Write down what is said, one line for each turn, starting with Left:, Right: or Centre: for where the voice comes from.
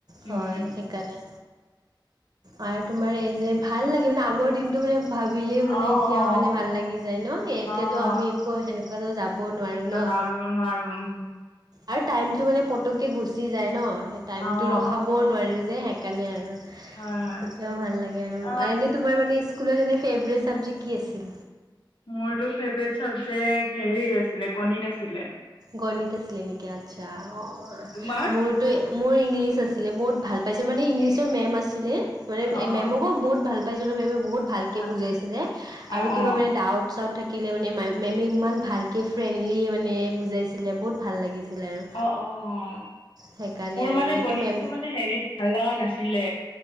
Left: উম।
Right: হয় সেইকাৰণে আৰু তোমাৰ এই যে ভাল লাগে মানে আগৰ দিনটো মানে ভাবিলে মানে
Left: অ', অ',
Right: এতিয়াও মানে ভাল লাগি যায় ন, এতিয়াতো
Left: অ'।
Right: আমি একো সেনেকুৱাতো যাবও নোৱাৰো ন।
Left: আৰু নোৱাৰো উম।
Right: আৰু টাইমটো মানে পটককৈ গুচি যায় ন সেই টাইমটো
Left: অ'।
Right: ৰখাবও নোৱাৰোঁ যে সেইকাৰণে আৰু।
Left: হয়, হয়
Right: এতিয়াও ভাল লাগে আৰু
Left: অ',
Right: এনে তোমাৰ মানে স্কুলত এনে ফেভৰেট চাবজেক্ট কি আছিল?
Left: মোৰটো ফেভৰেট চাবজেক্ট হেৰি আছিলে গণিত আছিলে।
Right: গণিত আছিলে নেকি আচ্ছা অ
Left: তোমাৰ?
Right: মোৰতো মোৰ ইংলিছ আছিলে বহুত ভাল পাইছোঁ মানে ইংলিছৰ মেম আছিলে মানে
Left: অ', অ',
Right: মেমকো বহুত ভাল পাইছিলো মেমে বহুত ভালকে
Left: হয়,
Right: বুজাইছিলে
Left: হয়
Right: আৰু
Left: অ',
Right: কিবা
Left: অ',
Right: মানে ডাউট চাউত থাকিলে মানে মে মেমে ইমান ভালকৈ ফ্ৰেণ্ডলি মানে বুজাইছিলে বহুত ভাল লাগিছিল আৰু।
Left: অ, অঁ,
Right: সেইকাৰণে
Left: মোৰ
Right: আৰু
Left: মানে
Right: এইটো
Left: গণিতটো
Right: মেম
Left: মানে হেৰিত ভাল লগা নাছিলে,